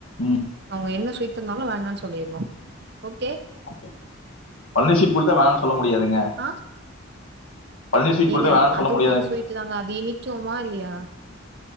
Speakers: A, on the left; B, on the right.
A: ம்
B: அவங்க என்ன ஸ்வீட் தந்தாலும் வேண்டாம் சொல்லிருரனும் ஓகே
A: அப்ப தங்கச்சி சீட் குடுத்தா வேணா சொல்ல முடியாதுங்க
B: ஆ
A: பழனி ஸ்வீட்
B: ஏங்க
A: குடுத்தா வேணான்னு சொல்ல
B: அதுவு
A: முடியாது
B: ஒரு ஸ்வீட்டு தாங்க அது இனிக்குமா இல்லையா